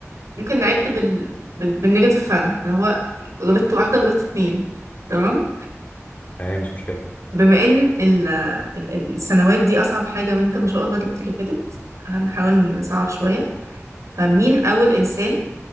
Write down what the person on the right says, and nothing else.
ممكن نعد بال... بال... بالنيجاتيف فعلا اللي هو غلطت واحدة غلطت اتنين تمام
بما ان ال- ال- السنوات دي اصعب حاجة وانت ما شاء الله جبت اللي فاتت هنحاول نصعب شوية فمين اول انسان